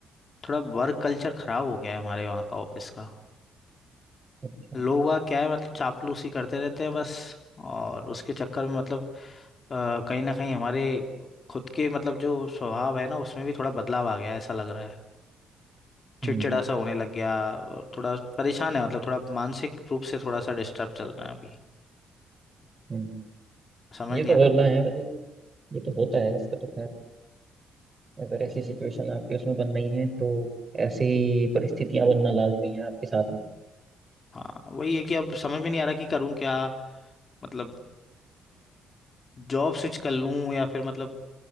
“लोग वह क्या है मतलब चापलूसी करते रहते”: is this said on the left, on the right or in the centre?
Left